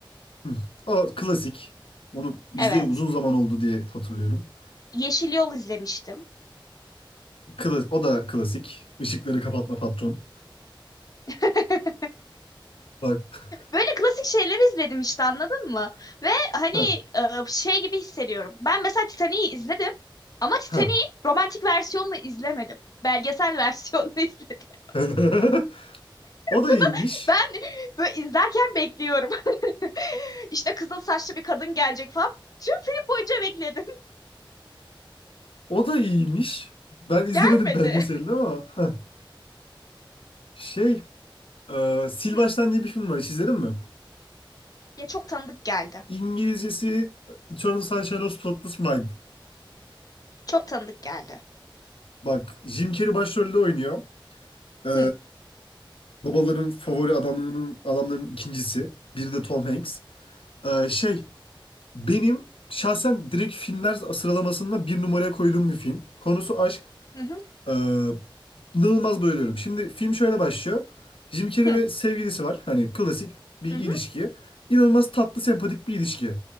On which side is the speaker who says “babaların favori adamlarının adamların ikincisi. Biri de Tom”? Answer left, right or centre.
Left